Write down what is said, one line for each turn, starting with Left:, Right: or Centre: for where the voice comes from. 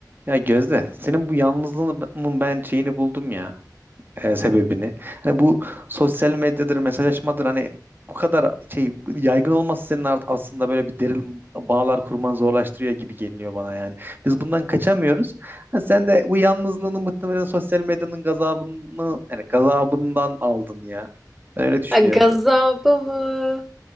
Right: Ya Gözde, senin bu yalnızlığının ben şeyini buldum ya, e, sebebini. Hani bu sosyal medyadır, mesajlaşmadır hani bu kadar şey yaygın olması senin art- aslında böyle bir derin bağlar kurmanı zorlaştırıyor gibi geliyor bana yani. Biz bundan kaçamıyoruz. Ha, sen de bu yalnızlığını muhtemelen sosyal medyanın gazabını yani gazabından aldın ya. Ben öyle düşünüyorum.
Centre: Ha, gazabı mı,